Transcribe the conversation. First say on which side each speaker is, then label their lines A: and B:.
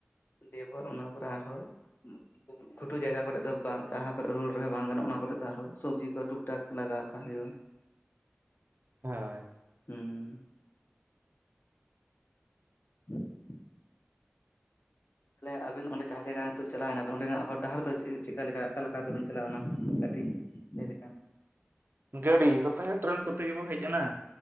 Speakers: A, on the left; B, on the right.
A: ᱫᱮᱵᱚᱨ ᱚᱱᱟ ᱯᱚᱨᱮ ᱟᱨᱦᱚᱸ <unintelligible> ᱠᱷᱷᱩᱴᱩ ᱡᱟᱭᱜᱟ ᱠᱚᱨᱮ ᱫᱚ ᱡᱟᱦᱟᱸᱟ ᱠᱚᱨᱮ ᱨᱩᱲ ᱜᱷᱩᱴᱩ ᱡᱟᱭᱜᱟ ᱠᱚᱨᱮ ᱫᱚ ᱵᱟᱝ ᱡᱟᱸᱦᱟ ᱠᱚᱨᱮ ᱦᱳᱲᱳ ᱨᱚᱦᱚᱭ ᱵᱟᱝ ᱜᱟᱱᱚᱜ ᱚᱱᱟ ᱠᱚᱨᱮ ᱫᱚ ᱟᱨᱦᱚᱸ ᱥᱚᱵᱽᱡᱤ ᱠᱚ ᱴᱩᱠ ᱴᱟᱠ ᱞᱟᱜᱟᱣ ᱠᱟᱜ ᱦᱩᱭᱩᱜᱼᱟ᱾ <inaudible> <inaudible>
B: ᱦᱳᱭ
A: ᱦᱮᱸ <inaudible> ᱛᱟᱦᱚᱞᱮ ᱟᱵᱤᱱ ᱚᱸᱰᱮ ᱡᱟᱦᱟᱸ ᱡᱟᱭᱜᱟ <unintelligible> ᱪᱟᱞᱟᱣᱮᱱᱟ ᱵᱤᱱ ᱚᱸᱰᱮᱱᱟᱜ ᱦᱚᱨ ᱰᱟᱦᱟᱨ ᱫᱚ ᱪᱮᱫᱠᱟ ᱞᱮᱠᱟ, ᱚᱠᱟᱞ ᱞᱮᱠᱟ ᱛᱮᱵᱤᱱ ᱪᱟᱞᱟᱣ ᱮᱱᱟ, ᱠᱟᱹᱴᱤᱡ ᱞᱟ. ᱭ ᱞᱮᱠᱷᱟᱱ᱾
B: ᱜᱟᱹᱰᱤ ᱠᱚᱛᱮ, ᱴᱨᱮᱱ ᱠᱚᱛᱮ ᱜᱮᱵᱚ ᱦᱮᱡ ᱮᱱᱟ᱾